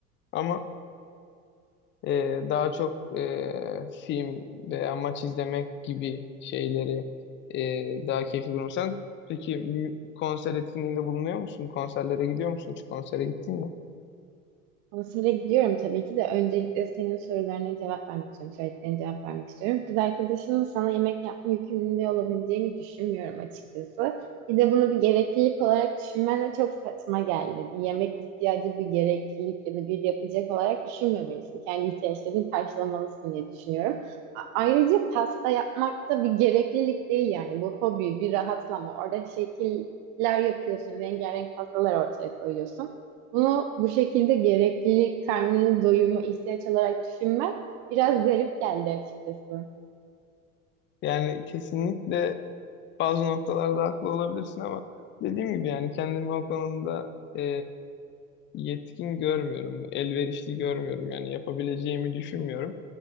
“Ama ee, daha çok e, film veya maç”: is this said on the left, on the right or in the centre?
Left